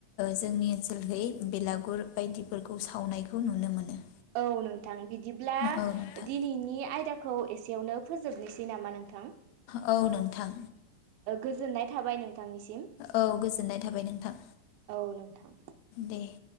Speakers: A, on the left; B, on the right.
A: जोंनि ओनसोलहै बेलागुर बायदिफोरखौ सावनायखौ नुनो मोनो।
B: औ नोंथां। बिदिब्ला
A: औ नोंथां
B: दिनैनि आयदाखौ एसे एसेयावनो फोजोबनोसि नामा नोंथां
A: ओ औ नोंथां
B: गोजोननाय थाबाय नोंथांनिसिम
A: औ गोजोननाय थाबाय नोंथां
B: औ नोंथां।
A: दे।